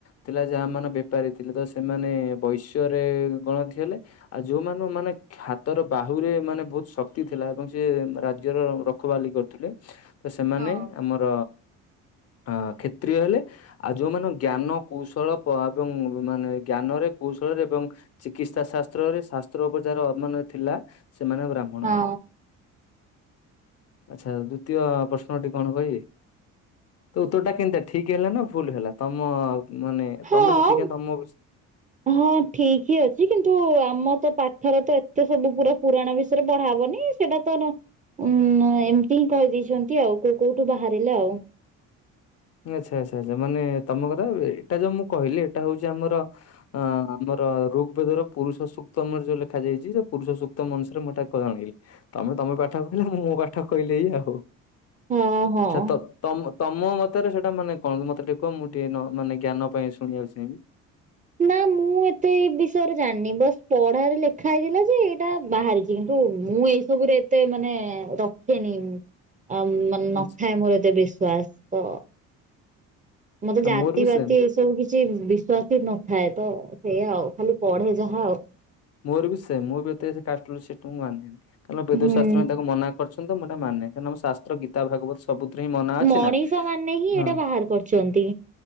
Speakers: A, on the left; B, on the right.
A: ଥିଲା ଯାହା ମାନେ ବେପାରୀ ଥିଲେ ତ ସେମାନେ ବୈଶ୍ୟ ରେ ଗଣତି ହେଲେ। ଆଉ ଯୋଉ ମାନଙ୍କୁ ମାନେ। ହାତର ବାହୁରେ ମାନେ ବହୁତ ଶକ୍ତି ଥିଲା ଏବଂ ସେ ରାଜ୍ୟର ରଖୁ ବାଲି କରୁଥିଲେ। ତ ସେମାନେ
B: ହଁ।
A: ଆମର ଅ କ୍ଷତ୍ରିୟ ହେଲେ। ଆଉ ଯୋଉ ମାନଙ୍କ ଜ୍ଞାନ କୌଶଳ ପ ଏବଂ ମାନେ ଜ୍ଞାନରେ କୌଶଳରେ ଏବଂ। ଚିକିତ୍ସା ଶାସ୍ତ୍ର ରେ ଶାସ୍ତ୍ର ଉପଚାର ମାନେ ଥିଲା ସେମାନେ ବ୍ରାହ୍ମଣ
B: ହଁ
A: ହେଲେ। ଆଚ୍ଛା ଦ୍ଵିତୀୟ ପ୍ରଶ୍ନଟି କଣ କହିବେ। ଉତ୍ତର ଟା କେମିତି ଆ ଠିକ ହେଲା ନା ଭୁଲ ହେଲା ତମ ମାନେ।
B: ହଁ।
A: ତମେ ଯେତିକି ତମ ବିଷ
B: ହଁ ଠିକ ହିଁ ଅଛି କିନ୍ତୁ ଆମ ତ ପାଠର ତ ଏତେ ସବୁ ପୁରା ପୁରାଣ ବିଷୟରେ ପଢା ହବନି। ସେଇଟା ତୋର, ଉଁ ଏମିତି ହିଁ କହିଦେଇଚନ୍ତି ଆଉ, କୋଉ କୋଉଠୁ ବାହାରିଲେ ଆଉ।
A: ଆଛା, ଆଛା, ଆଛା, ମାନେ ତମ କଥା ଏଇଟା ଯୋଉ ମୁଁ କହିଲି ଏଇଟା ହଉଚି ଆମର ଅ ଆମର ଋକ୍ ବେଦର ପୁରୁଷ ସୁକ୍ ତମର ଯୋଉ ଲେଖାଯାଇଚି, ସେ ପୁରୁଷ ସୁକ୍ତ ମୁଁସରେ ମୁଁ ଏଟା କ ଆଣିଲି, ତମେ ତମ ପାଠ କହିଲ, ମୁଁ ମୋ ପାଠ କହିଲେ ଆଉ,
B: ହଁ ହଁ।
A: ଆଛା ତ ତମ ମତ ମତରେ ସେଟା ମାନେ କଣ? ମତେ ଟିକେ କୁହ, ମୁଁ ଟିକେ ମାନେ ଜ୍ଞାନ ପାଇଁ ଶୁଣିବାକୁ ଚାହିଁବି।
B: ନା ମୁଁ ଏତେ ଏଇ ବିଷୟରେ ଜାଣିନି, ବାସ୍ ପଢାରେ ଲେଖା ହେଇଥିଲା ଯେ, ଏଇଟା ବାହାରି କିନ୍ତୁ ମୁଁ ଏଇ ସବୁରେ ଏତେ ମାନେ ରଖେନି ଆ, ମାନେ ନଥାଏ
A: ଆଚ୍ଛା
B: ମୋର ଏତେ ବିଶ୍ଵାସ ତ ମତେ
A: ହଁ,
B: ଜାତି
A: ମୋର ବି
B: ବାତି
A: ସେମ୍
B: ଏ ସବୁ କିଛି କିଛି ବିଶ୍ଵାସ ନଥାଏ ତ, ସେଇଆ ଆଉ, ଖାଲି ପଢେ ଯାହା ଆଉ।
A: ମୋର ବି ସେମ୍, ମୁଁ ବି ଏତେ <unintelligible> ସିଷ୍ଟମକୁ ମାନେନି, ତେଣୁ ବେଦଶାସ୍ତ୍ର
B: ହୁଁ।
A: ତାକୁ ମନା କରୁଚନ୍ତି ତ, ମୁଁ ଏଟା ମାନେ, କାରଣ ମୁଁ ଶାସ୍ତ୍ର ଗୀତା ଭାଗବତ ସବୁଥିରେ ହିଁ ମନା ଅଛି
B: ମଣିଷ
A: ନା,
B: ମାନେ ହିଁ ଏଇଟା
A: ହଁ
B: ବାହାର କରିଛନ୍ତି